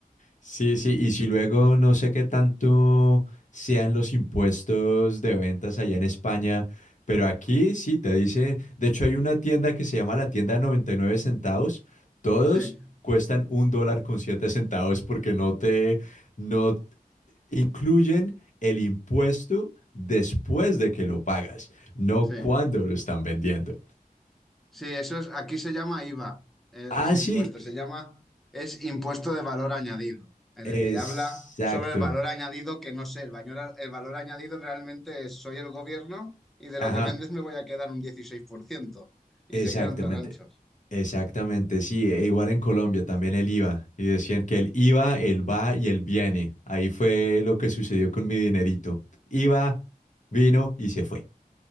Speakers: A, on the left (about 55°); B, in the centre.
A: Sí, sí, y si luego no sé qué tanto sean los impuestos de ventas allá en España, pero aquí sí te dicen, de hecho hay una tienda que se llama la tienda 99 centavos, todos
B: Sí,
A: cuestan un dólar con siete centavos porque no te, no incluyen el impuesto después de que lo pagas, no
B: sí.
A: cuando lo están vendiendo.
B: Sí, eso es, aquí se llama IVA, eh,
A: Así,
B: ese impuesto, se llama, es impuesto de valor añadido. Es
A: exacto.
B: decir, habla sobre el valor añadido que no sé, el valor, el valor añadido realmente es soy el gobierno y de
A: Ajá,
B: lo que vendes me voy a quedar un dieciséis por ciento Y
A: exactamente.
B: se quedan tan anchos.
A: Exactamente, sí, e igual en Colombia también el IVA. Y decían que el IVA, el va y el viene. Ahí fue lo que sucedió con mi dinerito. IVA, vino y se fue.